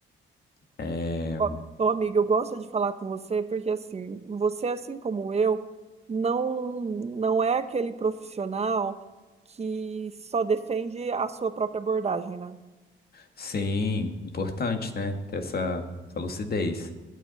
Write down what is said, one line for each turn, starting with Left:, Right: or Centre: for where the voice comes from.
Left: é,
Right: Ó, Ô, amiga, eu gosto de falar com você porque assim, você assim como eu, não não é aquele profissional que só defende a sua própria abordagem, né?
Left: Sim, importante, né? Ter essa, essa lucidez.